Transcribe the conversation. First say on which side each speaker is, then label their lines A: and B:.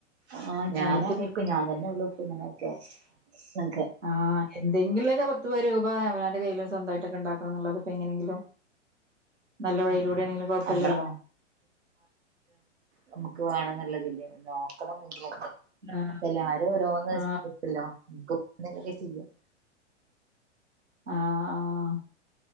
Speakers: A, on the right (about 60°); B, on the right (about 80°).
A: ആഹ ഞാന
B: അവർക്ക്
A: അറിിയക്കും
B: പി
A: ഞാൻ തന്നെ ഉള്ളൂക്ക ഇങ്ങനൊക്കെ നക്കെ
B: ആ എന്തെങ്കിലുമൊക്കെ പത്ത്ു പ രൂപ അമനാന്റെ കയ്യിും സ്വന്തമായിട്ടൊക്കെ ഉണ്ടാക്കണം എന്നുള്ളത് ഇപ്പപ്പോ എങ്ങനെയെങ്കിലും നല്ല വഴയിലൂടെ
A: ആ
B: ആണെങ്കിലും കുഴപ്പമില്ലല്ലോ
A: ആ നമ്മളെ നമുക്ക് വേണം എന്നുള്ളതില്ലേ നോക്കണംെങ്കിലെ
B: ആ
A: എല്ലാരും ഓോന്ന്ല്ലോ
B: ആ
A: ിലക്കെ ചെയ്യാം
B: ആഹ ആഹ